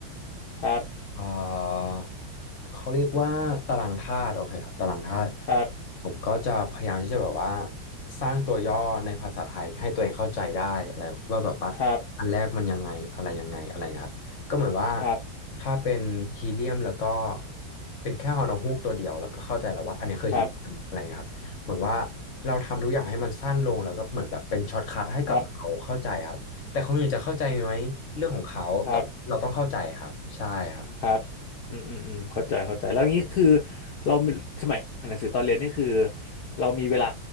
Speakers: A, on the left; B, on the left.
A: ครับ
B: อ่าเขาเรียกว่าตารางธาตุโอเคครับตารางธาตุ
A: ครับ
B: ผมก็จะพยายามที่จะแบบว่าสร้างตัวย่อในภาษาไทยให้ตัวเองเข้าใจได้อะไรว่าแบบว่าอันแรกมันยังไงอะไรยังไงอะไรครับก็เหมือนว่า
A: ครับ ครับ
B: ถ้าเป็นฮีเลียมแล้วก็เป็นแค่ฮอนูกตัวเดียวแล้วก็เข้าใจแล้วว่าอันนี้คือฮีเลียมอะไรครับเหมือนว่า
A: ครับ
B: เราทำทุกอย่างให้มันสั้นลงแล้วก็เหมือนแบบเป็นช็อตคัทให้กับเขาเข้าใจครับแต่คนอื่นจะเข้าใจไหมเรื่องของเขาแต่เราต้องเข้าใจครับใช่ครับ
A: ครับครับครับอืมอืมอืมเข้าใจเข้าใจแล้วงี้คือเรามีสมัยอ่านหนังสือตอนเรียนนี่คือเรามีเวลา